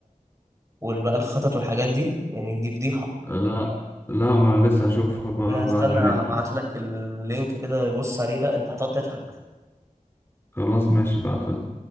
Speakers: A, on the right; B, on the left.
A: وال بقى الخطط والحاجات دي يعني دي فضيحة
B: آه، لا لا ما انا لسه هشوفها بقى
A: لا استنى
B: بعد ما
A: هبعت
B: نقفل
A: لك اللينك كده بص عليه لا انت هتقعد تضحك
B: خلاص ماشي بعد